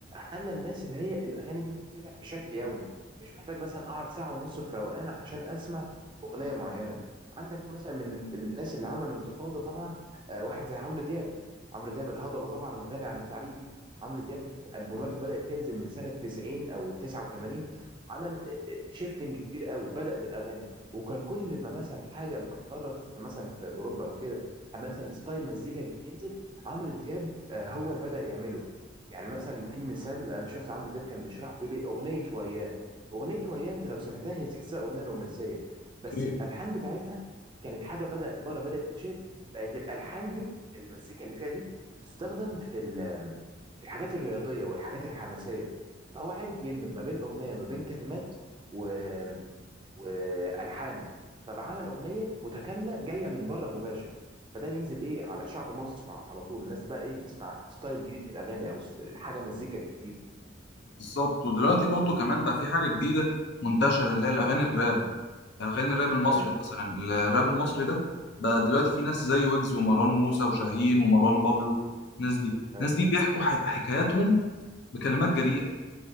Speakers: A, on the right; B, on the left.
A: خلى الناس اللي هي الاغاني دي تتسمع بشكل يومي مش محتاج مثلا اقعد ساعه ونص في روقان عشان اسمع اغنيه معينه عندك مثلا من ال- الناس اللي عملوا انتفاضه طبعا آه، واحد زي عمرو دياب عمرو دياب الهضبه طبعا غني عن التعريف عمرو دياب البوماته بدأت تنزل من سنة 90 او 89 عمل شيفتنج كبير قوي بدأ بالاغاني وكان كل ما مثلا حاجه بره في مثلا في اوروبا او كده أما مثلا ستايل مزيكا جديد ينزل عمرو دياب آه، هو اللي بدأ يعمله يعني مثلا في مثال انا شفت عمرو دياب كان بيشرح بيقول ايه اغنيه وياه اغنيه وياه انت لو سمعتها هي تحسها اغنيه رومانسيه بس
B: اوكي
A: الالحان بتاعتها كانت حاجه بدأ بره بدأت تتشير بقت الالحان دي المزيكا اللي فيها دي بتستخدم في ال- في الحاجات الرياضيه والحاجات الحماسيه فهو عرف يدمج ما بين اغنيه ما بين كلمات و... والحان فبقى عمل اغنيه متكامله جايه من بره مباشر فده ينزل ايه على شعب مصر على طول الناس بقى ايه تسمع ستايل جديد من الاغاني او س- حاجه مزيكا جديده
B: بالظبط ودلوقتي برضو كمان بقى في حاجه جديده منتشره اللي هي الاغاني الراب اغاني الراب المصري
A: ايوه
B: مثلا الراب المصري ده بقى دلوقتي في ناس زي ويجز ومروان موسى وشاهين ومروان بابلو الناس دي
A: ايوه
B: الناس دي بيحكوا ح-
A: مم.
B: حكاياتهم بكلمات
A: مم.
B: جريئه